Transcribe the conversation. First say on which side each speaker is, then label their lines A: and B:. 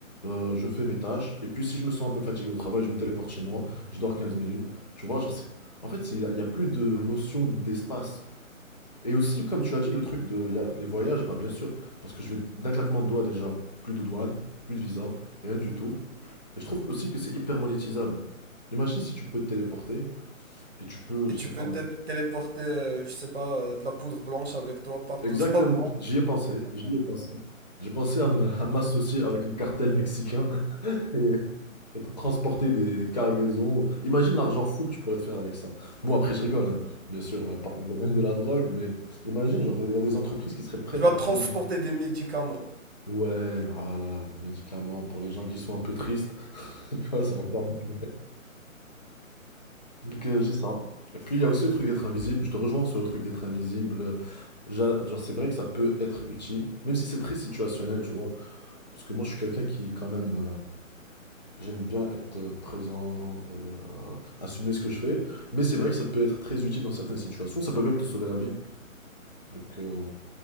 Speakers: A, on the left; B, on the right.
A: euh, je fais mes tâches, et puis si je me sens un peu fatigué au travail, je me téléporte chez moi, je dors 15 minutes. Tu vois, genre c'est... En fait, c'est- il n'y a il y a plus de notion d'espace. Et aussi, comme tu as dit, le truc de y a- les voyages, bah bien sûr, parce que je vais d'un claquement de doigts déjà, plus de douane, plus de visa, rien du tout. Et je trouve aussi que c'est hyper monétisable. Imagine si tu peux te téléporter et tu peux,
B: Et
A: je
B: tu
A: sais
B: peux
A: pas.
B: te- téléporter, euh, je sais pas, euh, de la poudre blanche avec toi partout
A: Exactement,
B: <laughs> dans le monde.
A: j'y ai pensé, j'y ai pensé. J'ai pensé à me- à m'associer avec un cartel mexicain <laughs> et être transporter des, des cargaisons. Imagine l'argent fou que tu pourrais te faire avec ça. Bon, après, je rigole, hein. Bien sûr, euh, pas dans le domaine de la drogue, mais imagine, genre, il y a des entreprises qui seraient prêtes
B: Tu vas
A: à
B: transporter
A: payer.
B: des médicaments.
A: Ouais, voilà, des médicaments pour les gens qui sont un peu tristes. <laughs> Tu vois, ça va pas régler. Donc, euh, j'ai ça. Et puis, il y a aussi le truc d'être invisible. Je te rejoins sur le truc d'être invisible. J'a- Genre, c'est vrai que ça peut être utile, même si c'est très situationnel, tu vois. Parce que moi, je suis quelqu'un qui, quand même, euh, j'aime bien être euh, présent et euh, assumer ce que je fais. Mais c'est vrai que ça peut être très utile dans certaines situations. Ça peut même te sauver la vie. Donc, euh,